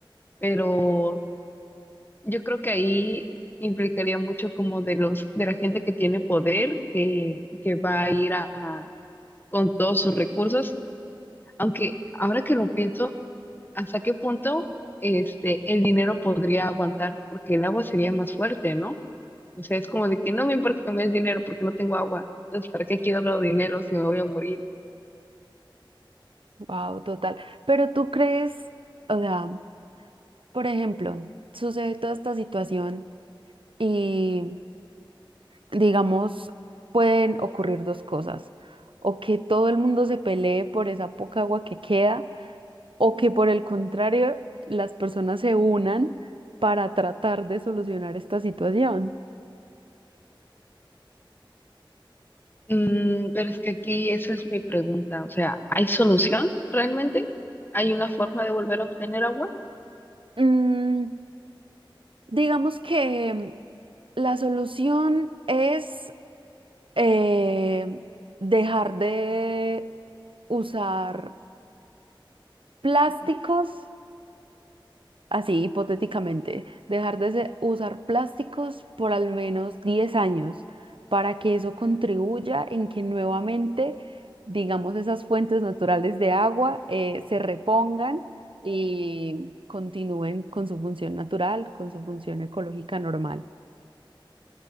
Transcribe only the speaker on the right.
Wow, total. Pero tú crees, o sea, por ejemplo, sucede toda esta situación y digamos, pueden ocurrir dos cosas. O que todo el mundo se pelee por esa poca agua que queda, o que por el contrario, las personas se unan para tratar de solucionar esta situación.
Mm, digamos que la solución es eh, dejar de usar plásticos así hipotéticamente, dejar de se- usar plásticos por al menos 10 años para que eso contribuya en que nuevamente, digamos, esas fuentes naturales de agua eh, se repongan y continúen con su función natural, con su función ecológica normal.